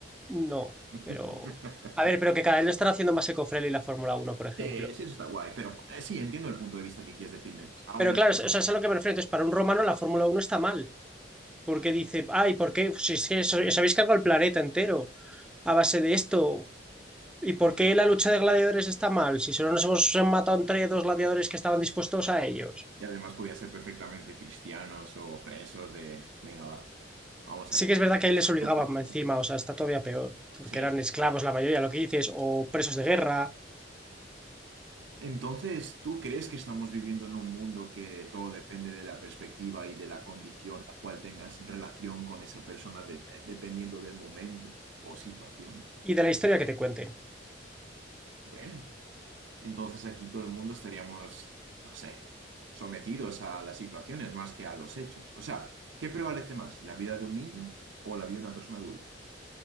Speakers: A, in the centre; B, on the right.
A: No,
B: <laughs>
A: pero. A ver, pero que cada vez lo están haciendo más ecofriendly la Fórmula Uno por ejemplo.
B: Sí, sí, eso está guay, pero eh, sí, entiendo el punto de vista que quieres decirme. Aún
A: Pero
B: así,
A: claro, o sea, eso es a lo que me refiero. Entonces, para un romano la Fórmula Uno está mal. Porque dice, ay, ¿por qué? Si es que os os habéis cargado el planeta entero a base de esto. ¿Y por qué la lucha de gladiadores está mal? Si solo nos hemos matado entre dos gladiadores que estaban dispuestos a ellos.
B: y además podía ser perfectamente cristianos o presos de, venga, va, vamos aquí.
A: Sí que es verdad que ahí
B: ¿sabes?
A: les obligaban encima, o sea, está todavía peor. Porque
B: Sí,
A: eran
B: sí.
A: esclavos la mayoría, lo que dices, o presos de guerra
B: Entonces, ¿tú crees que estamos viviendo en un mundo que todo depende de la perspectiva y de la condición la cual tengas relación con esa persona de- eh, dependiendo del momento o situación?
A: y de la historia que te cuenten.
B: Bueno, entonces aquí todo el mundo estaríamos, no sé, sometidos a las situaciones más que a los hechos. O sea, ¿qué prevalece más, la vida de un niño o la vida de una persona adulta?